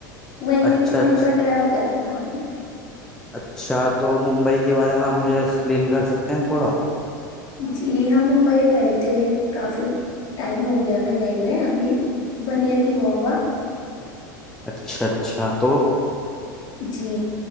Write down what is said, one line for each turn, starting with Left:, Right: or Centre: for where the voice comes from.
Left: وہیں
Centre: اچھا
Left: کی وہیں
Centre: اچھا
Left: کا ٹریول کرا تھا ہم نے
Centre: اچھا تو ممبئی کے بارے میں آپ مجھے ایکسپلین کر سکتے ہیں تھوڑا
Left: جی ہم ممبئی گئے تھے کافی ٹائم ہو گیا ہم گئے ہوئے ابھی ون ایئر ہی ہوا ہوگا
Centre: اچھا اچھا تو
Left: جی